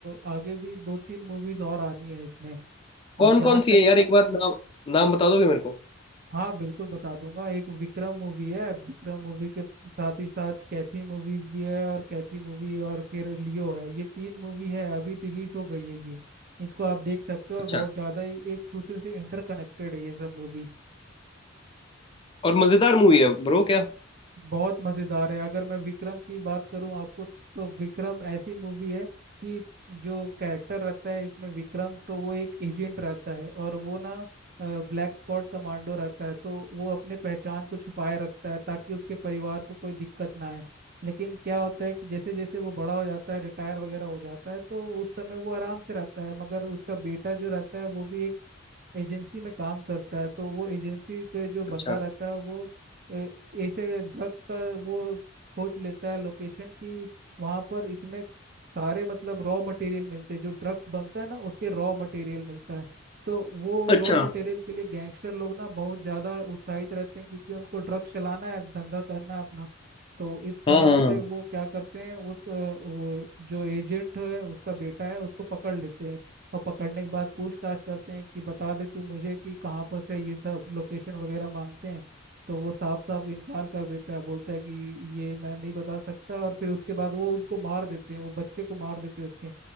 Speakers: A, on the right (about 50°); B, on the left (about 25°).
A: अ, आगे भी दो तीन मूवीज और आनी है इसमें और
B: कौन
A: जहाँ
B: कौन सी
A: तक
B: है यार एक बार नाम नाम बता दोगे मेरे को
A: हाँ बिल्कुल बता दूंगा एक विक्रम मूवी है विक्रम मूवी के साथ ही साथ कैथी मूवीज भी है और कैथी मूवी और फिर लियो है ये तीन मूवी है अभी रिलीज हो गई है ये इसको आप देख सकते हो और
B: अच्छा
A: बहुत ज़्यादा ही एक दूसरे से इंटरकनेक्टेड है ये सब मूवी
B: और मजेदार मूवी है ब्रो क्या
A: बहुत मजेदार है अगर मैं विक्रम की बात करूं आपको तो विक्रम ऐसी मूवी है कि जो कैरेक्टर रहता है इसमें विक्रम तो वो एक एजेंट रहता है और वो ना ब्लैक स्पॉट कमांडो रहता है तो वो अपने पहचान को छुपाए रखता है ताकि उसके परिवार को कोई दिक्कत ना आए लेकिन क्या होता है कि जैसे जैसे वो बड़ा हो जाता है रिटायर वगैरह हो जाता है तो उस समय वो आराम से रहता है मगर उसका बेटा जो रहता है वो भी एक एजेंसी में काम करता है तो वो एजेंसी के जो बंदा
B: अच्छा
A: रहता है वो ए- ऐसे ड्रग्स का वो खोज लेता है लोकेशन की वहाँ पर इतने सारे मतलब रॉ मटेरियल मिलते हैं जो ड्रग्स बनता है ना उसके रॉ मटेरियल मिलता है तो वो
B: अच्छा
A: रॉ मटेरियल के लिए गैंगस्टर लोग ना बहुत ज़्यादा उत्साहित रहते हैं क्योंकि उनको ड्रग्स चलाना है धंधा करना है अपना तो इस कारण
B: हाँ हाँ हाँ
A: से वो क्या करते हैं उस अ, वो जो एजेंट है उसका बेटा है उसको पकड़ लेते हैं और पकड़ने के बाद पूछताछ करते हैं कि बता दे तू मुझे कि कहाँ पर से ये सब लोकेशन वगैरह मांगते हैं तो वो साफ साफ इनकार कर देता है बोलता है कि ये मैं नहीं बता सकता और फिर उसके बाद वो उनको मार देते हैं वो बच्चे को मार देते हैं उसके